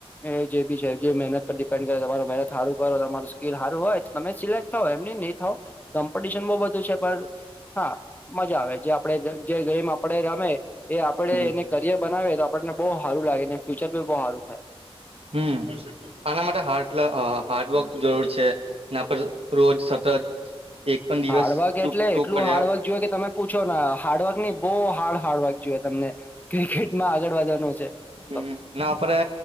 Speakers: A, on the left (about 15°); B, on the right (about 70°).
A: એ જે બી છે જે મહેનત પર ડિપેન્ડ કરે તમારા મહેનત હારું કરો તો તમારું સ્કીલ હારું હોય તમે સિલેક્ટ થાવ એમ નહી ની થાવ કોમ્પિટિશન બહ બધું છે પણ હા મજા આવે જે આપડે જે ગેમ આપણે રમે એ આપડે
B: હમ
A: એને કરિયર બનાવી તો આપણને બહુ સારું લાગે ફ્યુચર બી બહુ સારું થાય
B: હમ આના માટે હાર્ડ હાર્ડવર્ક જરૂર છે ના પર રોજ સતત એક પણ દિવસ
A: હાર્ડવર્ક
B: ચૂક
A: એટલે
B: ચૂક
A: એટલું
B: કર્યા
A: હાર્વર્ક જોયવે કે તમે પૂછો હાર્ડવર્ક નહી બહુ હાર્ડ હાર્ડવર્ક જોએ તમને ક્રિકેટમાં આગળ વધવાનું છે
B: હ
A: તો.
B: ના આપડે